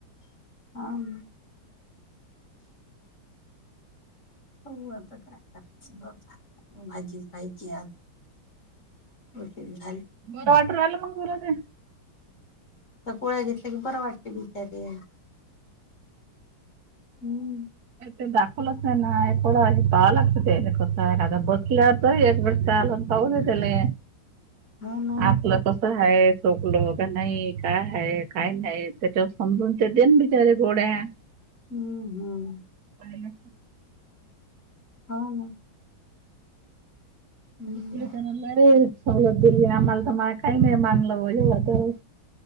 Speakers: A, on the left (about 35°); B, on the right (about 55°).
A: अम. हो आता काय करायचंता भाजीच व्हायची आज उशीर झाली
B: टवाटर वला मगूरा ते
A: गोळ्या घेतल्या की बर वाटते बिचारी हम्म
B: ते दाखवलंच नाही ना एकवडं हे पाहा लागत ते कसं एखादा बसल्या तर एक वेळ आला खाऊदे त्याले
A: हो ना
B: आठलं क क ह चोकलो का नाही काय ह काय नाही त्याच्यावर समजून ते देन बिचार्या गोड्या
A: हम्, ह
B: आणि
A: हो ना हम्म
B: तपुलता नलाड सवलत दिली आम्हाला तर मला काही नाही मानलं एवढ तर